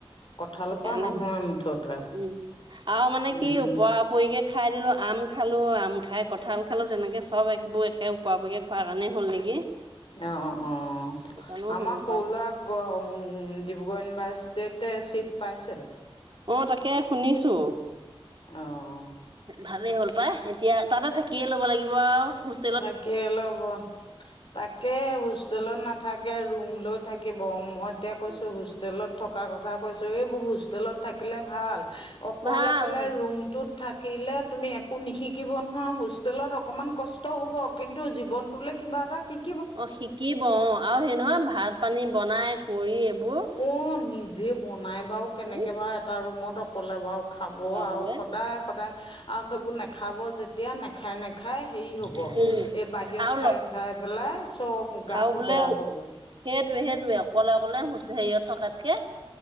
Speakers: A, on the left (about 60°); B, on the right (about 55°).
A: কঁঠালৰ
B: সেইকাৰণে
A: পৰা নহয়
B: কৈছো
A: মুঠতে
B: উম আৰু মানে
A: উম
B: কি
A: উম
B: ওপৰা পৰিকে খাই দিলোঁ আম খালোঁ আম খাই কঁঠাল খালোঁ তেনেকে চব একবোৰ একে, উপৰা উপৰিকে খোৱাৰ কাৰণেই হ'ল নেকি
A: অ অ
B: সেইটো কাৰণেও
A: আমাৰ
B: হ'ব
A: সৰু
B: পাৰে,
A: লৰা ক উ ডিব্ৰুগড় ইউনিভাৰ্চিটিতে ছিট পাইছে।
B: অ তাকে শুনিছো।
A: অহ
B: ভালেই হ'ল পায় এতিয়া তাতে থাকিয়ে ল'ব লাগিব আৰু হোস্ট
A: থাকে লব তাকে হোষ্টেলত, নাথাকে ৰুম লৈ থাকিব মই এতিয়া কৈছোঁ!
B: অ।
A: হোষ্টেলত থকা কথা কৈছোঁ এইবোৰ হোষ্টেলত, থাকিলে ভাল অকলে
B: ভাল
A: অকলে
B: অ
A: ৰুমটোত থাকিলে তুমি একো নিশিকিব নহয় হোষ্টেলত অকণমান কষ্ট হ'ব কিন্তু জীৱনটোলৈ কিবা এটা শিক
B: অ শিকিব অ আৰু সেই নহয় ভাত, পানী বনাই কৰি এইবোৰ-
A: অ নিজে বনাই বাৰু কেনেকে
B: উম
A: বাৰু এটা ৰুমত অকলে বাৰু খাব
B: চলাবলে
A: আৰু সদায়- সদায় আৰু সেইবোৰ নেখাব যে তেতিয়া নেখায় নেখায় হেৰি হ'ব।
B: উম
A: এই বাহিৰত
B: আৰু
A: খাই
B: ল
A: খাই পেলাই সব গাটো
B: আৰু বোলে
A: বেয়া হ'ব।
B: সেইটোৱে সেইটোৱে অকলে অকলে হুচ হেৰিয়ত থকাতকে